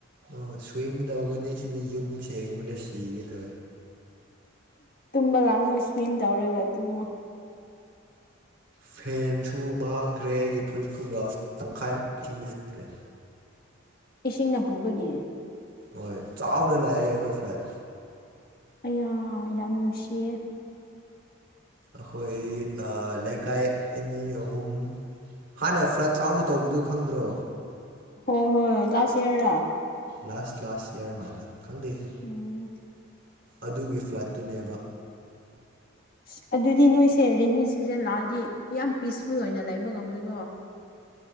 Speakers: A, on the right; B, on the left.
A: ꯑꯣ ꯁ꯭ꯋꯤꯝ ꯇꯧꯒꯅꯤ ꯁꯤꯗ ꯌꯨꯝ ꯁꯦꯡꯕꯗ ꯁꯤꯒꯦ ꯇꯧꯋꯦ꯫
B: ꯇꯨꯝꯃ ꯀꯥꯡꯁꯨ ꯁ꯭ꯋꯤꯝ ꯇꯧꯔꯦꯕ ꯇꯨꯝꯃꯅ꯫
A: ꯐꯦꯟꯁꯨ ꯃꯥꯡꯈ꯭ꯔꯦ ꯑꯩꯒꯤ ꯐꯨꯔꯤꯠ ꯀꯨꯝꯒ꯭ꯔꯥ ꯇꯪꯈꯥꯏꯃꯨ ꯈ꯭ꯔꯦ꯫
B: ꯏꯁꯤꯡꯅ ꯄꯨꯕꯒꯤ꯫
A: ꯍꯣꯏ ꯆꯥꯎꯅ ꯂꯥꯛꯑꯦ ꯍꯈꯣꯏ ꯐ꯭ꯂꯥꯏꯠ꯫
B: ꯑꯩꯌꯥ ꯌꯥꯝ ꯅꯨꯡꯁꯤꯌꯦ꯫
A: ꯑꯩꯈꯣꯏ ꯂꯩꯀꯥꯏ ꯑꯅꯤ ꯑꯍꯨꯝ꯫ ꯍꯥꯟꯅ ꯐ꯭ꯂꯠ ꯆꯥꯎꯅ ꯇꯧꯕꯗꯨ ꯈꯪꯗ꯭ꯔꯣ꯫
B: ꯍꯣ ꯍꯣꯏ ꯂꯥꯁ ꯏꯌꯥꯔꯥ꯫
A: ꯂꯥꯁ ꯂꯥꯁ ꯏꯌꯥꯔ ꯃꯥꯜꯂꯦ ꯈꯪꯗꯦ ꯑꯩꯁꯨ
B: ꯎꯝ
A: ꯑꯗꯨꯒꯤ ꯐ꯭ꯂꯠꯇꯨꯅꯦꯕ꯫
B: ꯑꯁ ꯑꯗꯨꯗꯤ ꯅꯣꯏꯁꯦ ꯔꯦꯅꯤ ꯁꯤꯖꯟ ꯂꯥꯛꯑꯗꯤ ꯌꯥꯝ ꯄꯤꯁꯐꯨꯜ ꯑꯣꯏꯅ ꯂꯩꯕ ꯉꯝꯃꯣꯏꯀꯣ꯫